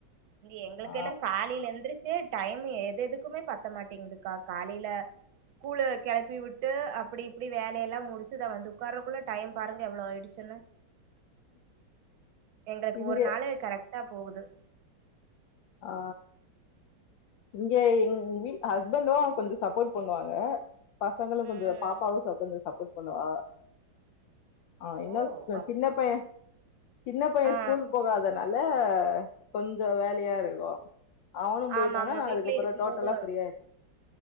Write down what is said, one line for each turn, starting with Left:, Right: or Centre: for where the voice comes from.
Right: இங்க எங்களுக்கெல்லா
Left: ஆ
Right: காலைல எந்துருச்சு டைம் எது எதுக்குமே பத்த மாட்டேங்குதுக்கா காலையில ஸ்கூலு கெளப்பி விட்டு அப்டி இப்டி வேலயெல்லா முடிச்சு தா வந்து உக்காரக்குள்ள டைம் பாருங்க எவ்ளோ ஆய்டுச்சுன்னு எங்களுக்கு
Left: இங்க
Right: ஒரு நாலு கரெக்டா போகுது
Left: ஆ இங்க இங் வீ ஹஸ்பண்டு கொஞ்ச சப்போர்ட் பண்ணுவாங்க பசங்களு
Right: ம்
Left: கொஞ்ச பாப்பாவு சப் கொஞ்ச சப்போர்ட் பண்ணுவா ஆ ஆ இன்னு
Right: ஓ அப்
Left: சின்ன
Right: அப்
Left: பைய சின்ன பைய
Right: ஆ
Left: ஸ்கூல் போகாதனால ஆ கொஞ்ச வேலயா இருக்கு அவனு போயிட்டானா
Right: ஆமா ஆமா
Left: நா
Right: வீட்ல
Left: அதுக்கப்றோ
Right: இருக்கும்போது
Left: டோட்டலா ஃப்ரீயா ஆய்டு